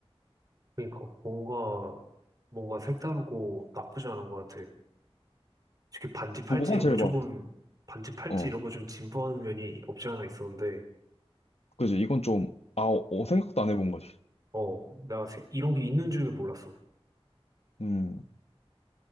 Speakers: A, on the right; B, on the left.
A: 그러니까 뭔가, 뭔가 색다르고 나쁘지 않은 것 같아. 특히 반지 팔찌
B: 뭐가
A: 이런
B: 제일
A: 거 조금,
B: 많아?
A: 반지 팔찌
B: 어,
A: 이런 거 좀 진부한 면이 없지 않아 있었는데,
B: 그지. 이건 좀, 아, 어, 생각도 안 해본 거지.
A: 어, 내가 세- 이런 게 있는 줄도 몰랐어.
B: 음.